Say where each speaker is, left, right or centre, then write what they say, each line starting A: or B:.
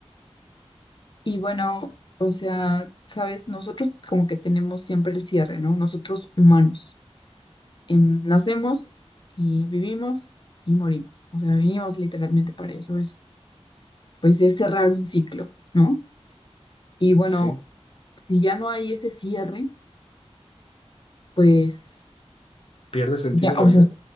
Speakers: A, on the left; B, on the left.
A: Y bueno, o sea, sabes, nosotros como que tenemos siempre el cierre, ¿no? Nosotros humanos, em, nacemos y vivimos y morimos. O sea, venimos literalmente para eso. pues es cerrar un ciclo, ¿no? Y bueno,
B: ¿Sí?
A: si ya no hay ese cierre, pues
B: ¿Pierde sentido
A: ya,
B: la
A: o
B: vida?
A: sea,